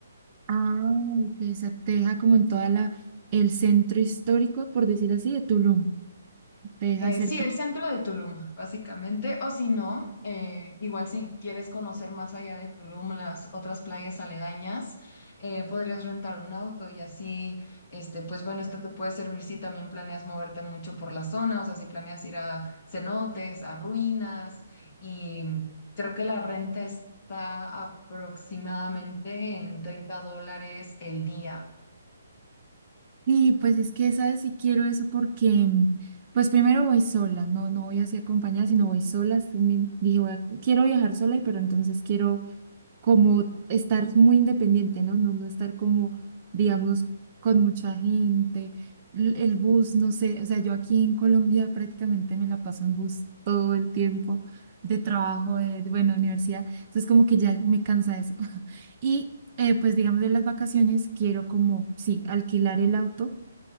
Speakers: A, on the right (about 35°); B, on the left (about 30°).
A: Ah, que esa te deja como en toda la, el centro histórico, por decir así, de Tulum. Te deja
B: Eh,
A: cerca.
B: sí, el centro de Tulum, básicamente. O si no, eh, igual si quieres conocer más allá de Tulum, las otras playas aledañas, eh, podrías rentar un auto y así, este, pues bueno, esto te puede servir si también planeas moverte mucho por la zona, o sea, si planeas ir a cenotes, a ruinas, y creo que la renta está aproximadamente en 30 dólares el día.
A: Sí, pues es que, ¿sabes? Si quiero eso porque, mm, pues primero voy sola, no, no voy así acompañada, sino voy sola. es mi- Dije, voy a- quiero viajar sola, y pero entonces quiero como estar muy independiente, ¿no? No, no estar como, digamos, con mucha gente, l- el bus, no sé. O sea, yo aquí en Colombia prácticamente me la paso en bus el tiempo de trabajo, de, de, bueno, universidad. Entonces como que ya me cansa eso. <laughs> Y eh, pues digamos de las vacaciones quiero como, sí, alquilar el auto